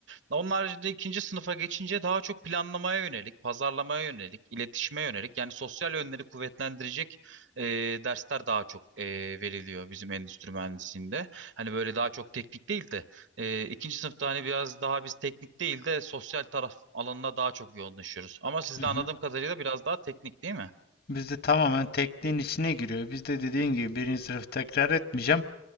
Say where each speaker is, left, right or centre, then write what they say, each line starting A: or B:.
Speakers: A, on the right (about 80°); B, on the left (about 55°).
A: Onun haricinde ikinci sınıfa geçince daha çok planlamaya yönelik, pazarlamaya yönelik, iletişime yönelik yani sosyal yönleri kuvvetlendirecek e, dersler daha çok e, veriliyor bizim endüstri mühendisliğinde. Hani böyle daha çok teknik değil de e, ikinci sınıfta hani biraz daha biz teknik değil de sosyal taraf alanına daha çok yoğunlaşıyoruz. Ama siz
B: hı
A: de
B: hı.
A: anladığım kadarıyla biraz daha teknik değil mi?
B: Bizde tamamen tekniğin içine giriyor. Bizde dediğin gibi birinci sınıf tekrar etmeyeceğim.